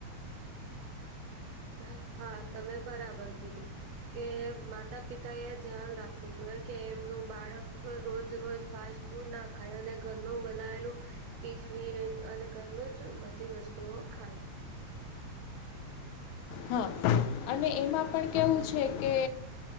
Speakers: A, on the right (about 75°); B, on the left (about 85°).
A: ત હા તમે બરાબર કીધું કે માતા પિતા એ ધ્યાન રાખવું જોઈએ કે એમનું બાળક રોજ રોજ ફાસ ફૂડ ન ખાય અને ઘરનું બનાવેલું ટિફિન અને ઘરનું જ બધી વસ્તુઓ ખાય
B: હા અને એમાં પણ કેવું છે કે